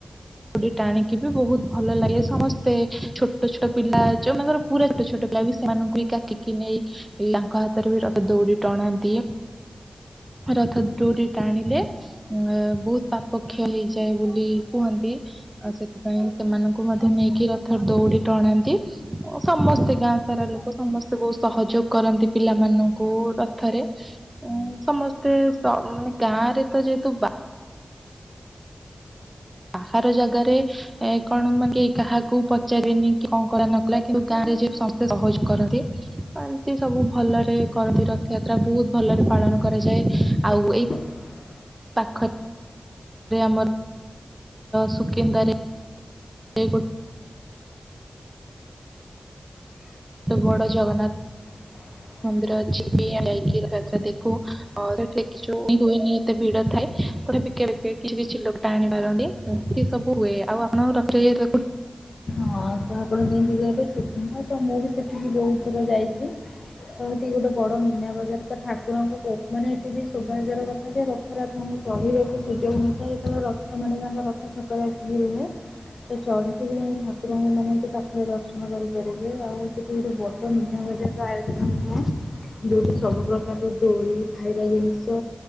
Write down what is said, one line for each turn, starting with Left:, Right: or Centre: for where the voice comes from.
Right: ଦଉଡ଼ି ଟାଣିକି ବି ବହୁତ ଭଲ ଲାଗେ ସମସ୍ତେ ଛୋଟ ଛୋଟ ପିଲା ଯୋଉମାନଙ୍କର ପୁରା ଛୋଟ ଛୋଟ ପିଲା ବି ସେମାନଙ୍କୁ ବି କାଖେଇକି ନେଇ ପିଲାଙ୍କ ହାତରେ ବି ରଥ ଦଉଡି ଟଣାନ୍ତି। ରଥ ଦଉଡ଼ି ଟାଣିଲେ। ଉଁ ବହୁତ ପାପକ୍ଷୟ ହେଇଯାଏ ବୋଲି କୁହନ୍ତି। ଆଉ ସେଥିପାଇଁ ସେମାନଙ୍କୁ ମଧ୍ୟ ନେଇକି ରଥରେ ଦଉଡି ଟଣାନ୍ତି। ସମସ୍ତେ ଗାଁ ସାରା ଲୋକ ସମସ୍ତେ ବହୁତ ସହଯୋଗ କରନ୍ତି ପିଲାମାନଙ୍କୁ ରଥରେ। ଉଁ ସମସ୍ତେ ମାନେ ଗାଁରେ ତ ଯେହେତୁ ବାହାର ଜାଗାରେ ଏ କଣ ମାନେ କାହାକୁ ପଚାରିବନି କି କଣ କଲାନକଲା କିନ୍ତୁ ଗାଁରେ ଯେ ସମସ୍ତେ ସହଯୋଗ କରନ୍ତି। ଏତି ସବୁ ଭଲରେ କରନ୍ତି ରଥଯାତ୍ରା। ବହୁତ ଭଲରେ ପାଳନ କରାଯାଏ। ଆଉ ଏଇ
Left: <inaudible>
Right: ପାଖରେ ଆମର ସୁକିନ୍ଦାରେ ଗୋ ଗୋଟେ ବଡ଼ ଜଗନ୍ନାଥ।
Left: <inaudible>
Right: ମନ୍ଦିର ଅଛି ବି ଯାଇକି ଯାତ୍ରା ଦେଖୁ ଆଉ ସେଠି କିଛି ହୁଏନି। ଏତେ ଭିଡ ଥାଏ ତା ପିକେ ପିକେ କିଛି କିଛି ଲୋକଟା ଆଣି ପାରନ୍ତି ଏମିତି ସବୁ ହୁଏ। ଆପଣ ରଥଯାତ୍ରାକୁ
Left: ହଁ ତ ଆପଣ ଯେମିତି କହିଲେ ସୁକିନ୍ଦା ତ ମୁଁ ବି ସେଠିକି ବହୁତ ଥର ଯାଇଛି। ତ ଏଠି ଗୋଟେ ବଡ ମୀନାବଜାର ତ ଠାକୁରଙ୍କ ମାନେ ଏଠି ବି ସୌଭାଗ୍ୟର କଥା ଯାଏ ରଥରେ ଆପଣଙ୍କୁ ଚଢିବାକୁ ସୁଯୋଗ ମିଳିଥାଏ ଯେତେବେଳେ ରଥ ମାନେ ତାଙ୍କ ରଥ ଛକରେ ଆସିକି ରୁହେ ସେ ଚଢି ସେଠି ଯାଇକି ଠାକୁରଙ୍କ ମାନେ ଏଠି ପାଖରେ ଦର୍ଶନ କରିପାରିବେ ଆଉ ସେଠି ଗୋଟେ ବଡ ମୀନା ବଜାର <unintelligible> ଯୋଉଠି ସବୁ ପ୍ରକାର ଦୋଳି, ଖାଇବା ଜିନିଷ